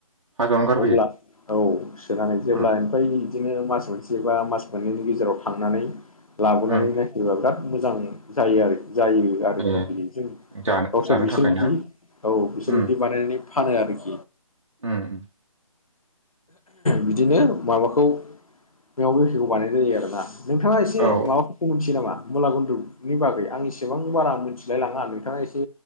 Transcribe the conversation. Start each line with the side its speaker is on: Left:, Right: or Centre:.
Right: हाजोआवनो गारबोयो
Left: अब्ला औ सोनानै जेब्ला
Right: उम
Left: ओमफ्राय बिदिनो मास मोनसे बा मास मोननैनि गेजेराव थांनानै लाबोनानै
Right: उम
Left: नायफैबा बिराद मोजां जायो आरो जायो आरोखि
Right: ए
Left: बिदि जों
Right: जानो
Left: गावसोर
Right: जानो
Left: बिसोर
Right: थाखाय
Left: बिदि
Right: ना
Left: औ बिसोर
Right: उम
Left: बिदि बानायनानै फानो आरोखि
Right: उम उम
Left: बिदिनो माबाखौ मेवा गोखैखौ बानायनाय जायो आरोना। नोंथाङा एसे
Right: औ
Left: माबाफोरखौ मिथियो नामा? मुला गुन्द्रुगनि बागै आं इसेबां बारा आं मिथिलाय लाङा नोंथाङा एसे